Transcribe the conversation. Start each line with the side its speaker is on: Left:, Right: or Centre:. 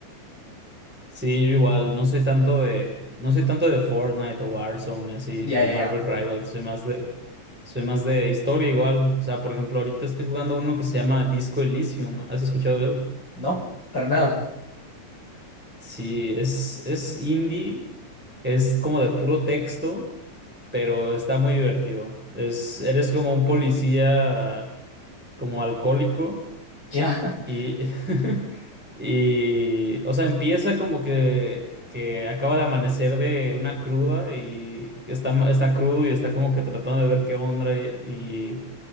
Centre: Sí, yo igual, no soy tanto de, no soy tanto de Fortnite o Warzone y así,
Left: Ya,
Centre: o
Left: ya,
Centre: Marvel
Left: ya.
Centre: Rivals, soy más de, soy más de historia igual. O sea, por ejemplo, ahorita estoy jugando uno que se llama Disco Elysium, ¿has escuchado de él?
Left: ¿No? Para nada.
Centre: Sí, es, es indie, es como de puro texto, pero está muy divertido. Es, eres como un policía como alcohólico
Left: Ya.
Centre: Y,
Left: <laughs>
Centre: <laughs> y, o sea, empieza como que, que acaba de amanecer de una cruda y está, está crudo y está como que tratando de ver qué onda y, y